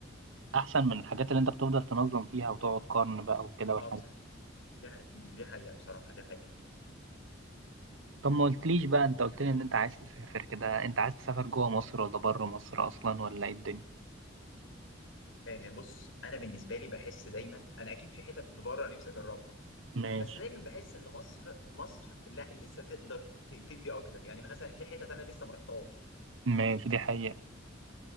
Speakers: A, on the right; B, on the left.
A: احسن من الحاجات اللي انت بتفضل تنظم فيها وتقعد قرن بقى وكده والحاجات
B: اه بصراحه دي ح- دي حقيقه بصراحه دي حقيقه
A: طب ما قلتليش بقى انت قلت لي ان انت عايز تسافر كده انت عايز تسافر جوه مصر ولا بره مصر اصلا ولا ايه الدنيا
B: آه بص انا بالنسبه لي بحس دايما انا اكيد في حتت بره نفسي اجربها
A: ماشي
B: بس دايما بحس ان مصر مصر لا لسه تقدر ت- تدي اكتر يعني مثلا في حتت انا لسه ما رحتهاش
A: ماشي دي حقيقة